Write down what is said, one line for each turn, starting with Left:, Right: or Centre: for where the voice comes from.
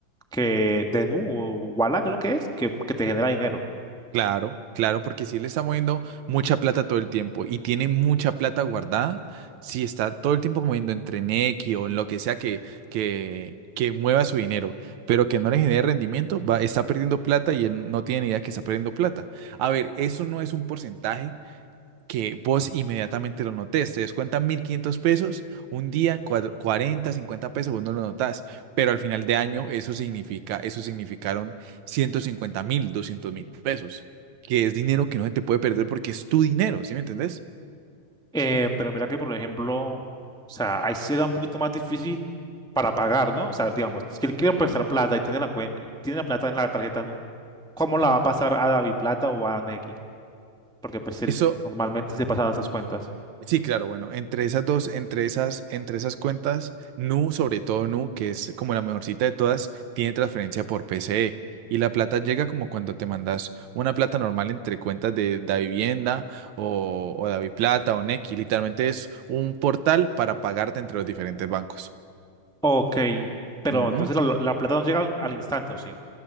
Centre: que de Nu o Wala creo que es, que, que te genera dinero.
Right: Claro, claro, porque si le está moviendo mucha plata todo el tiempo y tiene mucha plata guardada, si está todo el tiempo moviendo entre Nequi o en lo que sea que, que, que mueva su dinero, pero que no le genere rendimiento, va, está perdiendo plata y él no tiene ni idea que está perdiendo plata. A ver, eso no es un porcentaje, que vos inmediatamente lo notés. Te descuentan 1.500 pesos, un día cuatro- 40, 50 pesos, vos no lo notás, pero al final de año eso significa, eso significaron ciento cincuenta mil, doscientos mil pesos, que es dinero que no se te puede perder porque es tu dinero, ¿sí me entendés?
Centre: Eh, pero mira que, por ejemplo, o sea, ahí será un poquito más difícil para pagar, ¿no? O sea, digamos, si él quiere prestar plata y tiene la cuen- eh, tiene la plata en la tarjeta Nu, ¿cómo la va a pasar a David Plata o a Nequi? Porque pues él-
Right: Eso
Centre: normalmente se pasan esas cuentas.
Right: Sí, claro, bueno, entre esas dos, entre esas, entre esas cuentas, Nu, sobre todo Nu, que es como la mejorcita de todas, tiene transferencia por PCE. Y la plata llega como cuando te mandas una plata normal entre cuentas de Davivienda o, o DaviPlata o Nequi. Literalmente es un portal para pagarte entre los diferentes bancos.
Centre: Ok, pero
Right: Ujú.
Centre: entonces la, la plata no llega al, al instante, ¿o sí?